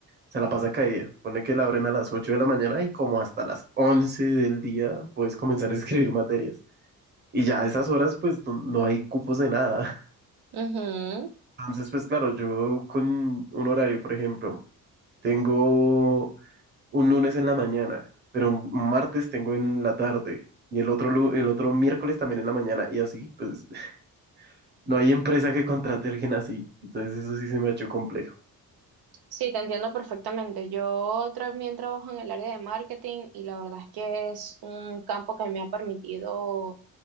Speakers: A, on the right; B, on the right.
A: se la pasa caída. Pone que la abren a las 8 de la mañana y como hasta las 11 del día puedes comenzar a escribir materias. Y ya a esas horas, pues no, no hay cupos de nada.
B: ujú.
A: <laughs> Entonces, pues claro, yo con un horario, por ejemplo, tengo un lunes en la mañana, pero un martes tengo en la tarde y el otro, lu- el otro miércoles también en la mañana y así, pues <laughs> no hay empresa que contrate a alguien así. Entonces, eso sí se me ha hecho complejo.
B: Sí, te entiendo perfectamente. Yo también trabajo en el área de marketing y la verdad es que es un campo que me ha permitido